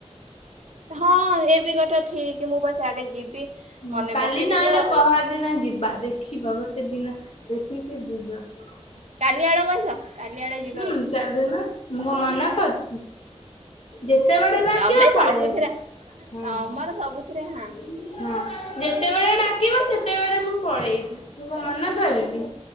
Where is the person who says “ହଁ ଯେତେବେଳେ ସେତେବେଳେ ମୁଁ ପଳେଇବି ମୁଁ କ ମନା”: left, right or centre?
Left